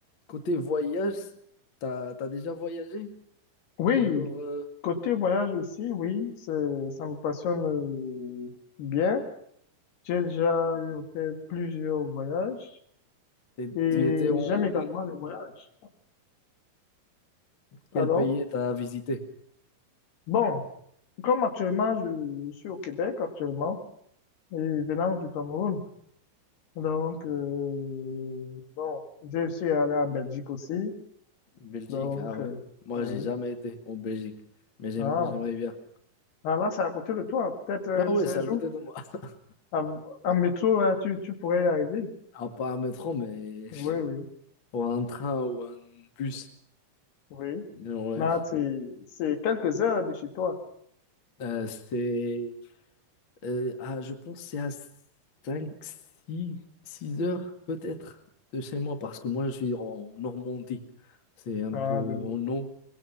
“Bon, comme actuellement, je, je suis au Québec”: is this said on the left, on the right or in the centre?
Left